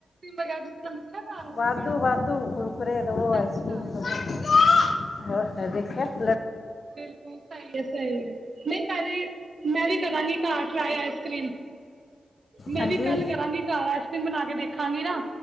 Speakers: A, on the right; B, on the left.
A: ਵਗੈਰਾ ਤੁਸੀਂ ਬਣਾਉਂਦੇ ਨਾ ਘਰ ਹੋਮਮੇਡ
B: ਵਾਧੂ-ਵਾਧੂ ਕੁੁਰਕੁਰੇ ਦਵੋ
A: ਅੱਛਾ
B: ਆਈਸਕ੍ਰੀਮ ਦਵੋ। <inaudible>
A: ਬਿਲਕੁੱਲ ਸਈ ਐ ਸਈ ਐ ਨਈ ਮੈਂ ਵੀ ਮੈਂ ਵੀ ਕਰਾਂਗੀ ਘਰ ਟਰਾਈ ਆਈਸ ਕਰ੍ਰੀਮ ਮੈਂ
B: ਹਾਂਜੀ
A: ਵੀ ਕੱਲ ਕਰਾਂਗੀ। ਘਰ ਆਈਸ ਕਰ੍ਰੀਮ ਬਣਾ ਕੇ ਦੇਖਾਂਗੀ ਨਾ